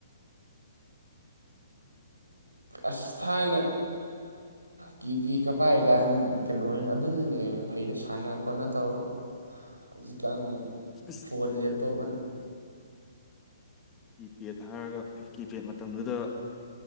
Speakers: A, on the right (about 80°); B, on the left (about 20°).
A: ꯑꯁ ꯊꯥꯏꯅ ꯀꯤ ꯄꯦꯒꯀ ꯄꯥꯏꯔꯤ ꯀꯥꯟ ꯀꯩꯅꯣ ꯑꯣꯏꯅ ꯑꯗꯨꯅ ꯐꯩꯗ ꯁꯥꯟꯅ ꯈꯣꯠꯅ ꯇꯧꯔꯒ ꯍꯧꯖꯤꯀꯦꯟ
B: ꯑꯁ
A: ꯐꯣꯟ ꯂꯦꯞꯇꯣꯞ ꯑꯥꯅ
B: ꯀꯤꯄꯦꯗ ꯍꯥꯏꯔꯒ ꯀꯤꯄꯦꯗ ꯃꯇꯝꯗꯨꯗ꯫